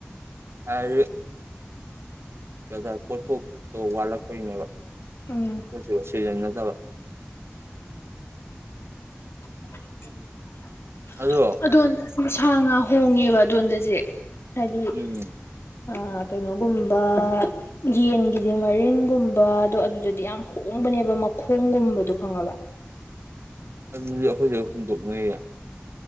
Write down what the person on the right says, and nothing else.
ꯑ <unintelligible> ꯀꯗꯥ ꯄꯣꯠꯊꯣꯛꯇꯣ ꯋꯥꯠꯂꯛꯄꯩꯅꯦꯕ
ꯑꯩꯈꯣꯢ ꯁꯤꯗ ꯁꯤꯖꯟꯅꯗꯕ
ꯑꯗꯣ
ꯎꯝ
ꯑꯗꯨꯗꯤ ꯑꯩꯈꯣꯏꯗ ꯈꯨꯝꯗꯣꯛꯅꯩꯕ